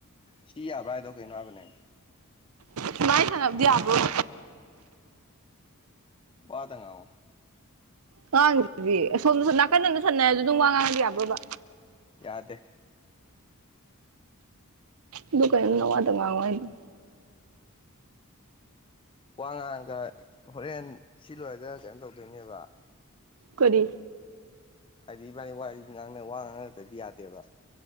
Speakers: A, on the left; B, on the right.
A: ꯁꯤ ꯌꯥꯕ꯭ꯔꯥ ꯍꯥꯏꯗꯣ ꯀꯩꯅꯣ ꯍꯥꯏꯕꯅꯦ
B: ꯁꯨꯃꯥꯏꯅ ꯁꯟꯅꯕꯗꯤ ꯌꯥꯕ꯭ꯔꯣꯕ
A: ꯋꯥꯗꯪ ꯉꯥꯡꯉꯣ
B: ꯉꯥꯡꯖꯤꯗꯤ ꯁꯣꯝꯗ ꯅꯥꯀꯟꯗꯗ ꯁꯝꯅꯩꯔ ꯑꯗꯨ ꯑꯗꯨꯝ ꯋꯥ ꯉꯥꯡꯉꯗꯤ ꯌꯥꯕ꯭ꯔꯣꯕ
A: ꯌꯥꯗꯦ
B: ꯑꯗꯨ ꯀꯩꯅꯣ ꯅ ꯋꯥꯗꯨꯝ ꯉꯥꯡꯑꯣ ꯍꯥꯢ ꯗꯣ
A: ꯋꯥ ꯉꯥꯡꯉꯒ ꯍꯣꯔꯦꯟ ꯁꯤ ꯂꯣꯏꯔꯒ ꯀꯩꯅꯣ ꯇꯧꯗꯣꯏꯅꯦꯕ
B: ꯀꯔꯤ
A: ꯍꯥꯏꯗꯤ ꯏꯕꯥꯅꯤ ꯋꯥꯔꯤ ꯉꯥꯡꯅ ꯋꯥ ꯉꯥꯡꯅꯗ꯭ꯔꯗꯤ ꯌꯥꯗꯦꯕ